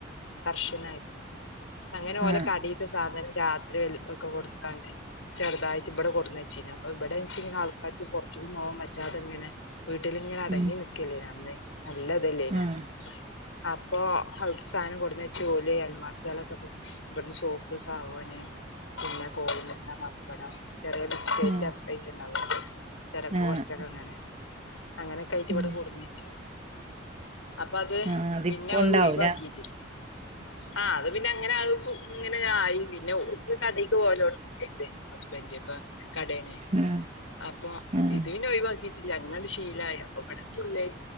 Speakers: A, on the left; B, on the right.
A: കർഷനായി അങ്ങനെ ഓലെ
B: ആഹ്
A: കടേതെ സാധനം രാത്രി വൽക്കൊക്കെ കൊടുക്കാണ്ട് ചെറുതായിട്ട് ഇബടെ കൊടുന്നെച്ചീഞ് അപ്പൊ ഇബടെ ന്ച്ങ്ങനെ ആൾക്കാര്ക്ക് പൊർത്ത്ക് പോവാൻ പറ്റാതെങ്ങനെ വീട്ടിലിങ്ങനെ അടങ്ങി
B: ഉം
A: നിക്കല്ലേഞ് അന്ന് നല്ലതല്ലേനോ
B: ആഹ്
A: അപ്പൊ അവര് സാനം കൊടുന്നച്ച് ഓല് അയൽവാസികളൊക്കെപ്പൊ ഇബടുന്ന് സോപ്പ്‌ സാവൂന് പിന്ന കോഴിമുട്ട പപ്പടം ചെറ്യേ ബിസ് <unintelligible>
B: ഉം
A: കൊർച്ചൊക്കെ
B: ആഹ്
A: അങ്ങനെ അങ്ങനെ ക്കായിറ്റ്
B: ഉം
A: വിടെ കൂടുന്നച്ചി അപ്പൊ അത്
B: ആഹ് അതിപ്പോ
A: പിന്നഹ്
B: ഉണ്ടാവൂല
A: ഒഴിവാക്കില്യ ആഹ് അത് പിന്നെ അങ്ങനെ പു ഇങ്ങനെങ്ങ ആയി പിന്നെ ഓക് കടേക്ക് പോവൊലൊട്ങി ഹസ്ബൻഡ് ഇപ്പൊ കടേനെ
B: ഉം
A: അപ്പൊ
B: ആഹ്
A: ഇത് പിന്നെ ഒഴിവാക്കിട്ടില്ല അങ്ങനെണ്ട് ശീലായ അപ്പൊ ഇവടെ <unintelligible>